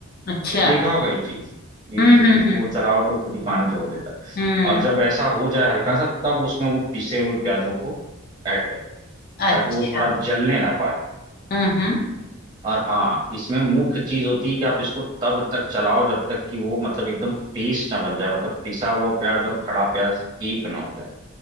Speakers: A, on the left; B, on the right.
A: अच्छा
B: देखा होगा ये चीज कि
A: हम्म हम्म
B: उसको
A: हम्म
B: वो चलाओ तो खुद ही पानी छोड़ देता है
A: हम्म
B: और जब ऐसा हो जाए हल्का सा तब उसमें वो पिसे हुए प्याजों को ऐड करो
A: अच्छा
B: ताकि वो थोड़ा जलने ना पाए
A: हम्म हम्म
B: और हाँ इसमें मुख्य चीज होती है कि आप इसको तब तक चलाओ जब तक कि वो मतलब एकदम पेस्ट ना बन जाए मतलब पिसा हुआ प्याज और खड़ा प्याज एक ना हो जाए